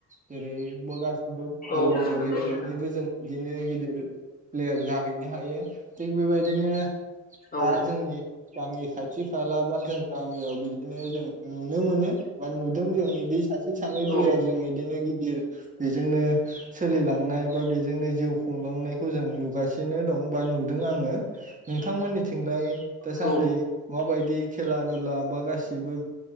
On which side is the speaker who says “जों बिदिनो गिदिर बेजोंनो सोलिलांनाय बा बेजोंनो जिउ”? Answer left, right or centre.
Right